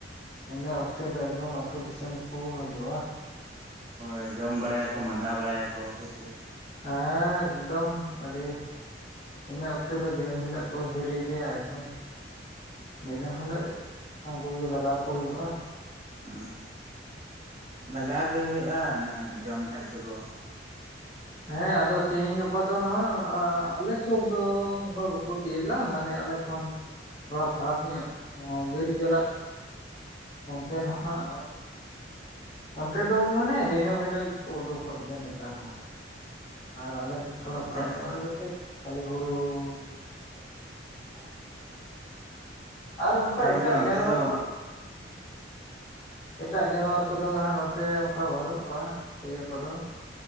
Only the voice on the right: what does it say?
ᱦᱳᱭ ᱡᱚᱢ ᱵᱟᱲᱟᱭ ᱟᱠᱚ ᱢᱟᱸᱰᱟ ᱵᱟᱲᱟᱭ ᱟᱠᱚ ᱦᱮᱸ ᱥᱮ᱾
ᱦᱩᱸ, ᱞᱟᱜᱟᱣ ᱜᱮ ᱦᱳᱭᱳᱜᱼᱟ ᱚᱱᱟ ᱡᱚᱢ ᱠᱷᱟᱡ ᱫᱚᱠᱚ᱾
ᱟᱪᱪᱷᱟ
ᱟᱪᱪᱷᱟ
ᱜᱚᱝᱠᱮ
ᱱᱚᱛᱮ
ᱫᱚ